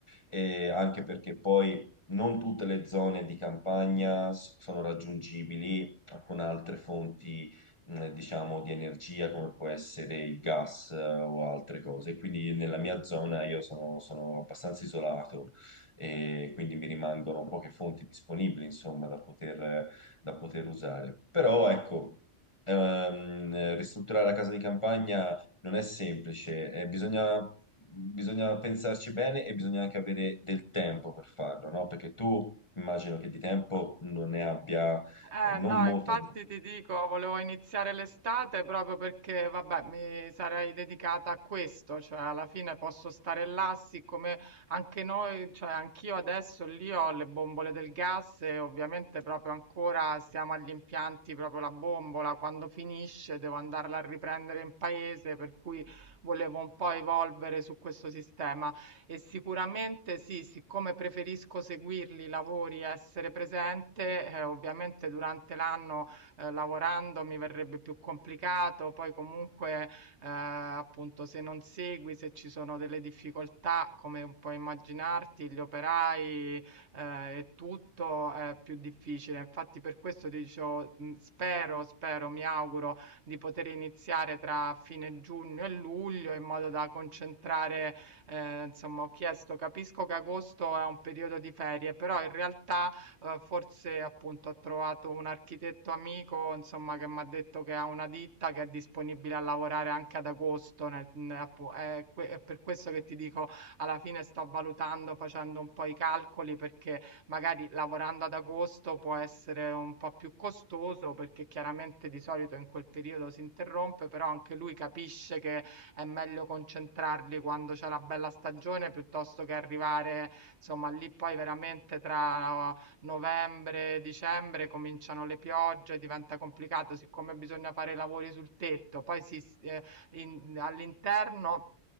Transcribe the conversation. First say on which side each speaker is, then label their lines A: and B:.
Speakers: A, on the left; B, on the right.
A: e anche perché poi non tutte le zone di campagna s- sono raggiungibili con altre fonti, mh, diciamo, di energia, come può essere il gas, eh, o altre cose. Quindi nella mia zona io sono, sono abbastanza isolato e quindi mi rimangono poche fonti disponibili, insomma, da poter, da poter usare. Però ecco, ehm, ristrutturare la casa di campagna non è semplice, eh, bisogna, bisogna pensarci bene e bisogna anche avere del tempo per farlo, no? Perché tu immagino che di tempo non ne abbia, eh,
B: Eh
A: non
B: no,
A: molta
B: infatti ti dico, volevo iniziare l'estate proprio perché, vabbè, mi sarei dedicata a questo, cioè alla fine posso stare là, siccome anche noi, cioè anch'io adesso lì ho le bombole del gas e ovviamente proprio ancora siamo agli impianti, proprio la bombola, quando finisce devo andarla a riprendere in paese, per cui volevo un po' evolvere su questo sistema e sicuramente sì, siccome preferisco seguirli i lavori, essere presente, eh, ovviamente durante l'anno eh, lavorando mi verrebbe più complicato, poi comunque eh, appunto se non segui, se ci sono delle difficoltà, come puoi immaginarti, gli operai eh, e tutto è più difficile. Infatti per questo ti dicevo, mh, spero, spero, mi auguro di poter iniziare tra fine giugno e luglio in modo da concentrare eh, insomma, ho chiesto, capisco che agosto è un periodo di ferie, però in realtà eh, forse appunto ho trovato un architetto amico, insomma, che mi ha detto che ha una ditta che è disponibile a lavorare anche ad agosto, nel- ne- appu- è, que- è per questo che ti dico, alla fine sto valutando, facendo un po' i calcoli, perché magari lavorando ad agosto può essere un po' più costoso, perché chiaramente di solito in quel periodo si interrompe, però anche lui capisce che è meglio concentrarli quando c'è la bella stagione piuttosto che arrivare, insomma, lì poi veramente tra novembre e dicembre cominciano le piogge, diventa complicato, siccome bisogna fare i lavori sul tetto, poi si, eh, in- all'interno.